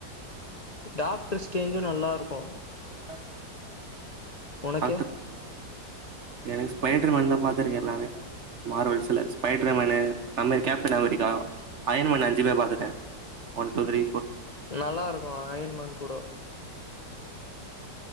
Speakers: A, on the left; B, on the right.
A: டாக்டர்ஸ்டேஞ்சும் நல்லா இருக்கோம்
B: <inaudible>
A: உனக்கு
B: எனக்கு ஸ்பைடர் மேன் தா பாத்துருங்க எல்லாமே மார்வல்ஸ்ல ஸ்பைட்ருமேனு அம்மே கேப்டன்அமேரிக்கா அயன் மேணு அஞ்சுமே பாத்துட்டேன் ஒன் டூ த்ரி
A: நல்லா இருக்கோம் அயன்மன் கூடோ